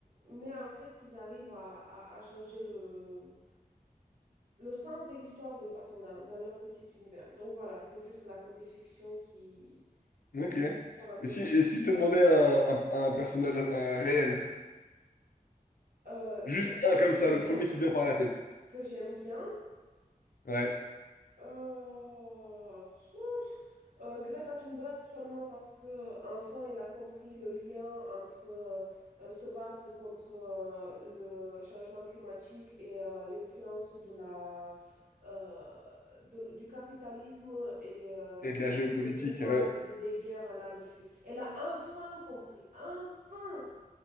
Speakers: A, on the right (about 65°); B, on the left (about 70°).
A: mais en fait, qu'ils arrivent à, à- à changer le, le sens de l'histoire d'une façon dans, dans leur petit univers. Donc voilà, c'est juste la côté fiction qui,
B: Ok.
A: parenthèse,
B: Et si, et si je te demandais un, un- un personnage euh, réel?
A: euh,
B: Juste
A: que,
B: un
A: que-
B: comme ça,
A: que
B: le
A: j'aime,
B: premier qui te vient par la tête.
A: que j'aime bien.
B: Ouais.
A: Euh, pfouf. Euh, Greta Thunberg seulement parce que enfin elle a compris le lien entre euh, euh, se battre contre euh, le changement climatique et euh, l'influence de la euh, de- du capitalisme et euh,
B: Et
A: de,
B: de la géopolitique,
A: du pouvoir
B: ouais.
A: et de, des guerres là-dessus. Elle a enfin compris, enfin.